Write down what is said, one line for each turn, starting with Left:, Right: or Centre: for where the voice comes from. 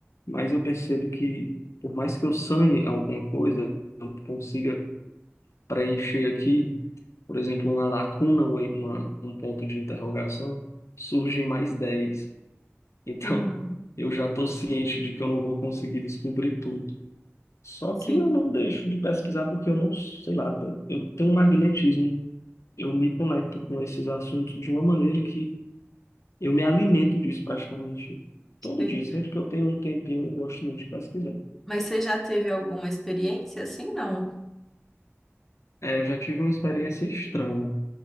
Left: mais eu percebo que, por mais que eu sane alguma coisa, eu consiga preencher aqui, por exemplo, uma lacuna, uma, uma- um ponto de interrogação, surgem mais dez Então,
Centre: Uhum.
Left: eu já estou ciente de que eu não vou conseguir descobrir tudo. Só
Centre: Sim,
Left: que eu não deixo de pesquisar porque eu não, sei lá, eu eu tenho um magnetismo. Eu me conecto com esses assuntos de uma maneira que eu me alimento disso praticamente todo
Centre: sei.
Left: dia. Sempre que eu tenho um tempinho, eu gosto muito de pesquisar.
Centre: Mas você já teve alguma experiência assim? Não.
Left: É, eu já tive uma experiência estranha.